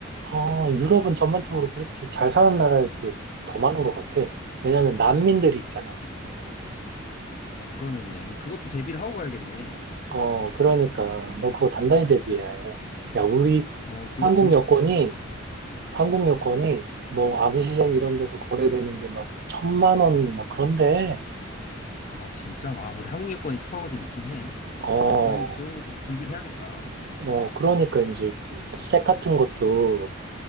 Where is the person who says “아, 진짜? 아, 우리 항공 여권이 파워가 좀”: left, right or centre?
Left